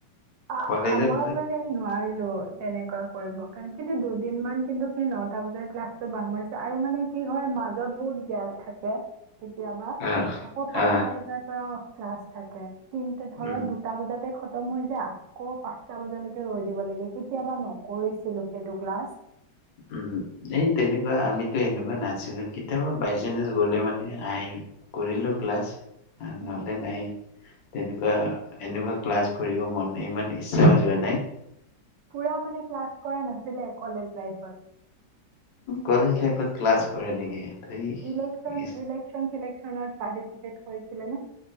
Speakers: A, on the right; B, on the left.
A: অ
B: কলেজত
A: আমাৰ মনেে নোৱাৰিলো। তেনেকুৱা কৰিব কাৰণ কিন্তু দুদিন মান কিন্তু সেই নটা বজাৰ ক্লাছটো বাং মাৰিছো আৰু মানে কি হয় মাজত বহুত গেভ থাকে। কেতিয়াবা
B: আহ
A: আকৌ পাঁচটা
B: আহ
A: বজাৰ পৰা। ক্লাছ থাকে। তিনটা ধৰক
B: উম
A: দুটা বজাতে ত মই যা ক পাঁচটা বজালৈকে ৰৈ, দিবলাগে কেতিয়াবা নকৰিছিলোঁ। সেইটো ক্লাছ
B: উ এই তেনেকুৱা আমিতো এনেকুৱা নাছিলো কেতিয়াবা বাই চাঞ্চ গলে মানে আহি কৰিলো ক্লাছ,
A: উম
B: নহলে নাই তেনেকুৱা এনেকুৱা ক্লাছ কৰিব মন ইমান ইচ্ছাও যোৱা নাই,
A: পোৰা মানে ক্লাছ কৰা নাছিলে কলেজ লাইফত-
B: কলেজ লাইফত ক্লাছ কৰে নেকি? ধেই
A: ইলেক্সন,
B: ইচ,
A: ইলেক্সন ফিলেক্সনত পাৰ্টিচিপেট কৰি ছিলে নে?